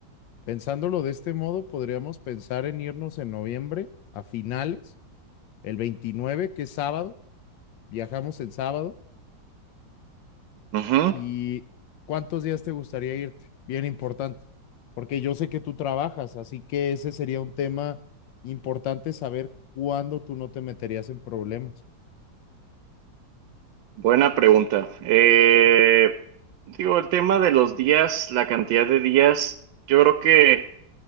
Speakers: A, on the left; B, on the right.
A: Pensándolo de este modo, podríamos pensar en irnos en noviembre a finales el 29 que es sábado, viajamos el sábado.
B: Ujú,
A: ¿Y cuántos días te gustaría irte? Bien importante, porque yo sé que tú trabajas, así que ese sería un tema importante saber cuándo tú no te meterías en problemas.
B: Buena pregunta. Eh, digo, el tema de los días, la cantidad de días, yo creo que...